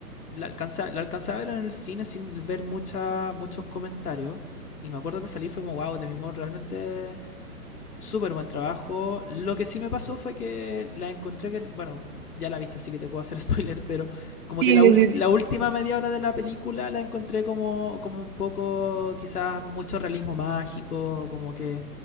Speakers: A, on the left (about 70°); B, on the right (about 35°).
A: la alcancé, la alcancé a ver en el cine sin ver mucha, muchos comentarios. Y me acuerdo que salí fue como, wow, de mi modo realmente súper buen trabajo. Lo que sí me pasó fue que la encontré que, bueno, ya la viste, así que te puedo hacer <laughs> spoiler, pero como
B: Sí,
A: que la,
B: sí,
A: ult-
B: sí.
A: la
B: sí.
A: última media hora de la película la encontré como, como un poco, quizás mucho realismo mágico, como que